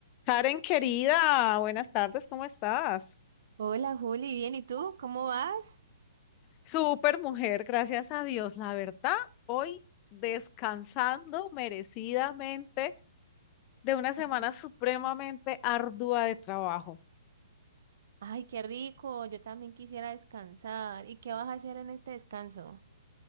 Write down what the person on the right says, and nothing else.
Hola Juli, bien, ¿y tú? ¿Cómo vas?
Mm.
Ay, qué rico, yo también quisiera descansar. ¿Y qué vas a hacer en este descanso?